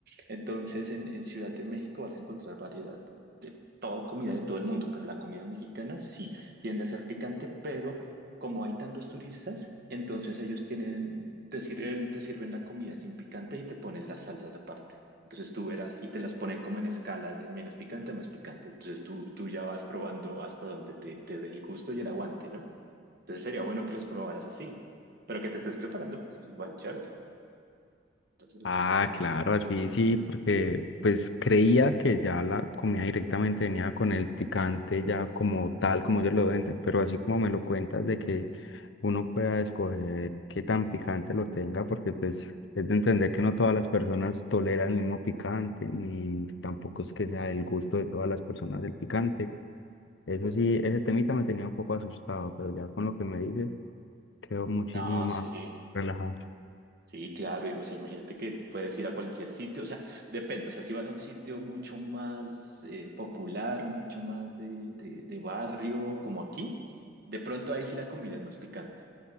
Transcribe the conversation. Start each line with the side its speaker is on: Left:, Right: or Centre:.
Right: Entonces, en, en Ciudad de México vas a encontrar variedad de toda comida de todo el mundo, pero la comida mexicana sí tiende a ser picante, pero como hay tantos turistas, entonces ellos tienen, te sirven, te sirven la comida sin picante y te ponen las salsas aparte. Entonces tú verás y te las ponen como en escala de menos picante a más picante. Entonces tú, tú ya vas probando hasta donde te, te dé el gusto y el aguante, ¿no? Entonces sería bueno que los probaras así, pero que te estés preparando, pues igual chévere. Entonces,
Left: Ah, claro, así sí, porque pues creía que ya la comida directamente venía con el picante, ya como tal, como ellos lo venden, pero así como me lo cuentas de que uno pueda escoger qué tan picante lo tenga, porque pues es de entender que no todas las personas toleran el mismo picante, ni tampoco es que sea el gusto de todas las personas el picante. Eso sí, ese temita me tenía un poco asustado, pero ya con lo que me dices, quedo muchísimo
Right: no,
Left: más
Right: sí.
Left: relajado.
Right: Sí, claro, y, o sea, imagínate que tú puedes ir a cualquier sitio, o sea, depende, o sea, si vas a un sitio mucho más eh, popular, mucho más de, de, de barrio, como aquí, de pronto ahí sí la comida es más picante,